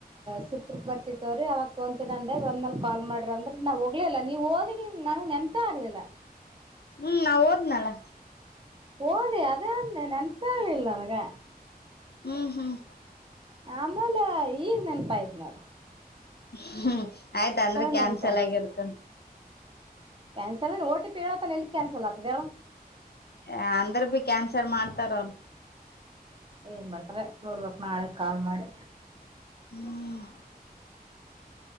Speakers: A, on the right; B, on the left.
A: ಸುರ್ಪುರ್ಕ್ ಬರ್ತತವ್ರಿ ಅವಾಗ ತೊಂತಿನ ಅಂದ ಒಂದ್ೇಲೆ ಕಾಲ್ ಮಾಡ್ರಿ ಅಂದ್ರ. ನಾ ಹೋಗಲಿಲ್ಲಾ ನೀವು ಓದಿ ನಂಗೆ ನೆನ್ಂತ ಆಗ್ಲಿಲ್ಲ.
B: ಹ್ಮ್ ನಾವ್ ಓದ್ನಲ್ಲ.
A: ಹೋದ ಅದೇಂದೆ ನನ್ಪಿಲ್ಲನಗೆ.
B: ಹ್ಮ್ ಹ್ಮ್-
A: ಆಮೇಲೆ ಈಗ ನೆನ್ಪ ಆಯ್ತ ನೋಡ.
B: ಹ್ಮ್ ಆಯ್ತ ಅಂದ್ರೆ ಕ್ಯಾನ್ಸಲ್
A: ನೆನಪಾಯ್ತು
B: ಆಗಿರ್ತದ.
A: ಕ್ಯಾನ್ಸಲ್ ಓ ಟಿ ಪೀ ಹೇಳೋತನ ಎಲ್ಲಿ ಕ್ಯಾನ್ಸಲ್ ಆತದ ಹೇಳ.
B: ಯಾ ಅಂದ್ರ ಬಿ ಕ್ಯಾನ್ಸಲ್ ಮಾಡ್ತಾರ ಅವ್ರ.
A: ಏನ್ ಮಾಡ್ತಾರೆ ನೋಡ್ಬಕ್ ನಾಳೆ ಕಾಲ್ ಮಾಡಿ.
B: ಹ್ಮ್.